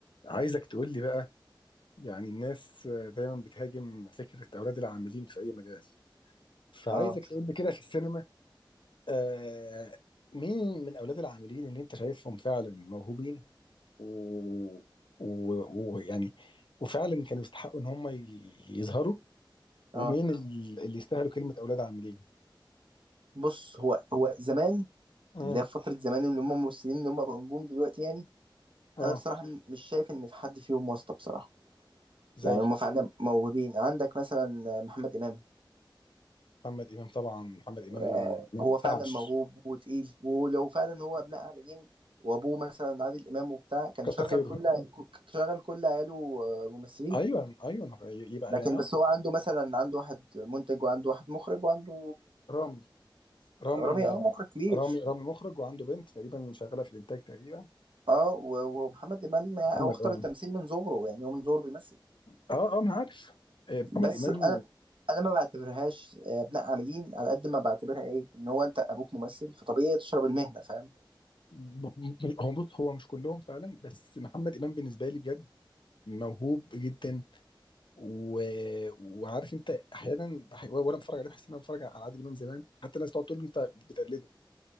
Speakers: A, on the left; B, on the right.
A: عايزك تقول لي بقى يعني الناس دايما بتهاجم فكرة أولاد العاملين في أي مجال فعايزك
B: اه
A: تقول لي كده في السينما آه مين من أولاد العاملين اللي أنت شايفهم فعلا موهوبين و... و... ويعني وفعلا كانوا يستحقوا إن هم ي- يظهروا ومين
B: اه
A: ال- اللي يستاهلوا كلمة أولاد عاملين
B: بص هو هو زمان
A: امم
B: اللي هي فترة زمان اللي هم ممثلين اللي هم بقوا نجوم دلوقتي يعني
A: اه
B: أنا بصراحة م- مش شايف إن في حد فيهم واسطة بصراحة
A: زي
B: يعني هم فعلا موهوبين عندك مثلا محمد إمام
A: محمد إمام طبعا محمد إمام
B: آه،
A: ما ينفعش
B: هو فعلا موهوب وتقيل ولو فعلا هو ابناء عاملين وأبوه مثلا عادل إمام وبتاع كان
A: كتر
B: شغل
A: خيره
B: كل ك- شغل كل عياله آه، ممثلين
A: ايوه ايوه يبقى
B: لكن
A: يعني اه
B: بس هو عنده مثلا عنده واحد منتج وعنده واحد مخرج وعنده
A: رامي رامي
B: رامي اه
A: آه،
B: مخرج كبير
A: رامي رامي مخرج وعنده بنت تقريبا شغاله في الانتاج تقريبا
B: اه و- ومحمد امام يعني
A: محمد
B: هو اختار
A: اه
B: التمثيل من صغره يعني هو من صغره بيمثل
A: اه اه ما أنا عارف آه، محمد
B: بس
A: امام
B: انا انا ما بعتبرهاش آه، ابناء عاملين على قد ما بعتبرها ايه ان هو انت ابوك ممثل فطبيعي تشرب المهنه فاهم
A: ب- ب- هو بص هو مش كلهم فعلا بس محمد امام بالنسبه لي بجد موهوب جدا و... وعارف انت احيانا بح... وانا بتفرج عليه بحس ان انا بتفرج على عادل امام زمان حتى الناس تقعد تقول له انت بتقلده